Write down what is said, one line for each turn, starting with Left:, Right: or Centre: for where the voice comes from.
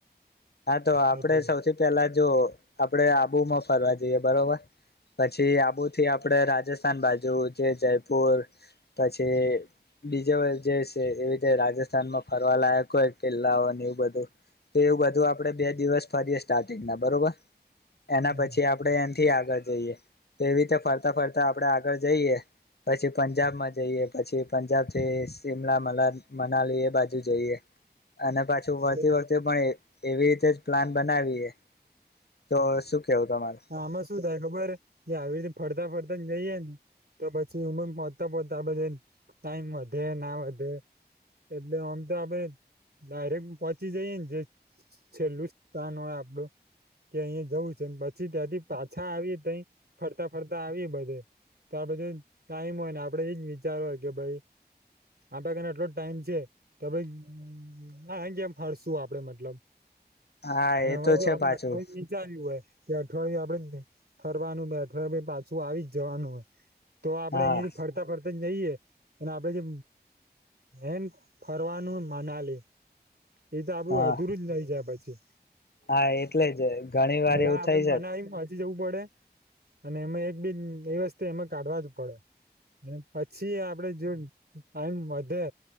Left: હા તો આપડે
Right: એટલે
Left: સૌથી પેલા જો આપડે આબુમાં ફરવા જઈએ બરોબર પછી આબુથી આપડે રાજસ્થાન બાજુ જે જયપુર પછી બીજો જે છે. એવીી રાજસ્થાનમાં ફરવા લાયક હોય કિલ્લાઓ એવું બધું એવું બ આપડણે બે દિવસ ફરીએ સ્ટાર્ટિંગ ના બરોબર. એના
Right: હમ
Left: પછી આપડે થી આગળ જઈએ તો એવી રીતે ફરતા ફરતા આપડે આગળ જઈએ પછી પંજાબ માં જઈએ પછી પંજાબ થી શિમલા મલા મનાલી એ બાજુ જઈએ. અને પાછું વળતી
Right: એટલે
Left: વખતે પણ કેવી રીતે જ પ્લાન બનાવીએ તો શું કેવું તમારું.
Right: આમાં શું થાય ખબર કે આવી રીતે ફરતા ફરતા જઈએ ને તો પછી ઉમર પહોચતા પોહતા ટાઈમ વધે ના વધે એટલે આમ તો આપડ ડાયરેક્ટ પહોંચી જઈએ ને જે છેલ્લુસ્તાન હોય આપડું કે અહીં જવું છે ને પછી ત્યાંથી પાછા આવી તઈ ફરતા ફરતા આવી. બધ ત્યાર પછી ટાઈમ હોય ને આપડે એજ વિચારવાય કે ભાઈ આપડે કને આટલો જ ટાઈમ છે તો ભ હ અ જેમ ફરશું આપડે મતલબ.
Left: હા
Right: અને
Left: એ
Right: હરે
Left: તો
Right: જો
Left: છે
Right: આપડે
Left: પાછું
Right: અઠવાડયું નીચા આવ્યું હોય કે અઠવાડય આપડે ફરવાનું બેઠ પાછું આવી જ જવાનું. તો આપડે
Left: હા
Right: અહિયાયા થી ફરતા ફરતા જ જઈએ. એ આપડે જે એમ ફરવાનું મનાલી. એ તો આપડું
Left: હા
Right: અધુરું જ નઈ જાય પછી.
Left: હા એટલે જ ઘણી વાર
Right: પેલા
Left: એવું
Right: આપડે
Left: થાય છે.
Right: મનાલી પહોંચી જવું પડે અને એમાં એક બેી એ વસ્તુ એમાં કાઢવા જ પડે અને પછી આપણેે જો ટાઈમ વધે